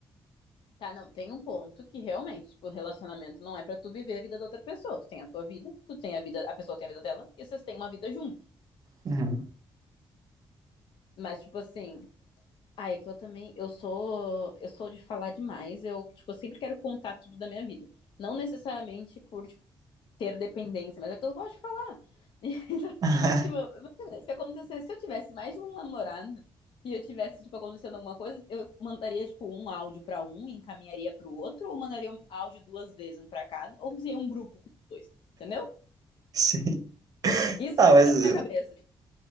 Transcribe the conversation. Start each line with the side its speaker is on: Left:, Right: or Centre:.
Left: tá, não, tem um ponto que realmente, tipo, relacionamento não é pra tu viver a vida da outra pessoa. Tu tem a tua vida, tu tem a vida, a pessoa tem a vida dela, e vocês têm uma vida junto.
Right: Uhum.
Left: Mas, tipo assim, ai, é que eu também, eu sou, eu sou de falar demais, eu, tipo, eu sempre quero contar tudo da minha vida. Não necessariamente por, tipo, ter dependência, mas é o que eu gosto de falar. <laughs> Então,
Right: <laughs>
Left: tipo, imagina, se acontecesse, se eu tivesse mais de um namorado e eu tivesse, tipo, acontecendo alguma coisa, eu mandaria, tipo, um áudio pra um e encaminharia pro outro, ou mandaria um áudio duas vezes, um pra cada, ou seria um grupo com dois, entendeu?
Right: Sim.
Left: Isso
Right: Ah,
Left: que
Right: mas
Left: fica na
Right: uh,
Left: minha cabeça. Tipo,